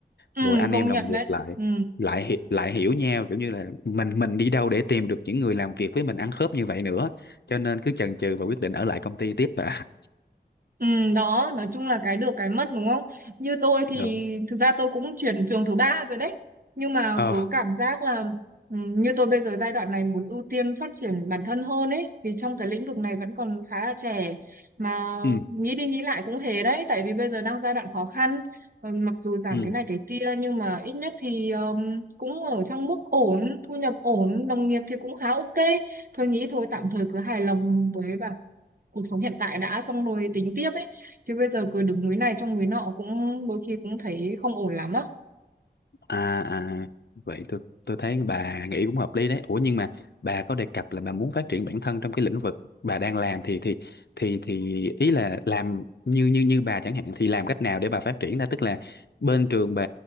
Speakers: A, on the right (about 55°); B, on the left (about 70°).
A: ừ
B: rồi anh
A: công
B: em đồng
A: nhận
B: nghiệp
A: đấy
B: lại
A: ừ
B: lại hi- lại hiểu nhau kiểu như là mình mình đi đâu để tìm được những người làm việc với mình ăn khớp như vậy nữa cho nên cứ chần chừ và quyết định ở lại công ty tiếp và
A: Ừ, đó nói chung là cái được cái mất đúng không như tôi thì
B: <laughs> đúng
A: thực ra tôi cũng chuyển trường thứ ba rồi đấy nhưng mà
B: ờ
A: cứ cảm giác là ừ, như tôi bây giờ giai đoạn này muốn ưu tiên phát triển bản thân hơn ấy vì trong cái lĩnh vực này vẫn còn khá là trẻ mà
B: ừ
A: nghĩ đi nghĩ lại cũng thế đấy tại vì bây giờ đang giai đoạn khó khăn Ừ, mặc dù giảm
B: ừ
A: cái này cái kia nhưng mà ít nhất thì ừm, cũng ở trong mức ổn thu nhập ổn đồng nghiệp thì cũng khá ok thôi nghĩ thôi tạm thời cứ hài lòng với cuộc sống hiện tại đã xong rồi tính tiếp ấy chứ bây giờ cứ đứng núi này trông núi nọ cũng đôi khi cũng thấy không ổn lắm á
B: À, à vậy tôi tôi thấy bà nghĩ cũng hợp lý đấy. Ủa nhưng mà bà có đề cập là bà muốn phát triển bản thân trong cái lĩnh vực bà đang làm thì thì thì thì ý là làm như như như bà chẳng hạn thì làm cách nào để bà phát triển ra tức là bên trường bà